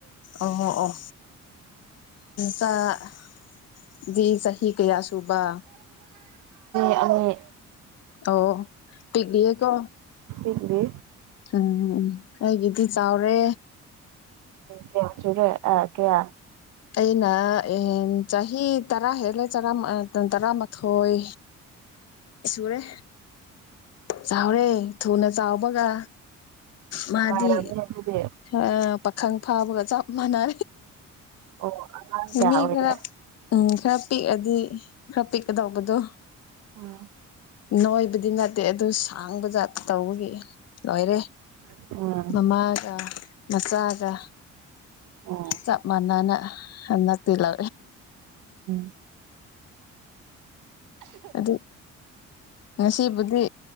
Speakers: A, on the left (about 55°); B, on the right (about 85°).
A: ꯑꯣ ꯑꯣ ꯁꯗꯤ ꯁꯍꯤ ꯀꯌꯥ ꯁꯤꯕꯥ
B: ꯑꯥ
A: ꯑꯣ ꯄꯤꯛꯂꯤꯌꯤꯀꯣ
B: ꯏꯗꯤ
A: ꯎꯝ ꯎꯝ ꯑꯩꯒꯤꯗꯤ ꯆꯥꯎꯔꯦ
B: ꯀ ꯁꯔꯦ ꯑ ꯀꯌꯥ
A: ꯑꯩꯅ ꯆꯥꯍꯤ ꯇꯔꯥ ꯍꯦꯜꯂꯦ ꯇꯔꯥꯃꯥꯊꯣꯏ ꯁꯨꯔꯦ ꯆꯥꯎꯔꯦ ꯊꯨꯅ ꯆꯥꯎꯕꯒ ꯃꯥꯗꯤ
B: ꯅꯨꯡꯉꯥꯏꯔꯝꯅꯤ ꯑꯗꯨꯗꯤ
A: ꯑꯥ ꯈꯪ ꯐꯥꯕꯒ ꯆꯞ ꯃꯥꯟꯅꯦ
B: ꯑꯣ ꯑꯉꯥꯡ ꯀꯌꯥ
A: ꯃꯤ
B: ꯑꯣꯏꯔꯦ
A: ꯈꯔ ꯎꯝ ꯈꯔ ꯄꯤꯛꯑꯗꯤ ꯈꯔ ꯄꯤꯛꯀꯗꯧꯕꯗꯣ
B: ꯎꯝ
A: ꯅꯣꯏꯕꯗꯤ ꯅꯠꯇꯦ ꯑꯗꯨ ꯁꯥꯡꯕꯖꯥ ꯇꯧꯕꯒꯤ ꯂꯣꯏꯔꯦ
B: ꯎꯝ
A: ꯃꯃꯥꯒ ꯃꯆꯥꯒ
B: ꯎꯝ
A: ꯆꯞ ꯃꯅꯥꯅ ꯍꯇꯂꯦ
B: <inaudible>
A: ꯑꯗꯨ ꯉꯁꯤꯕꯨꯗꯤ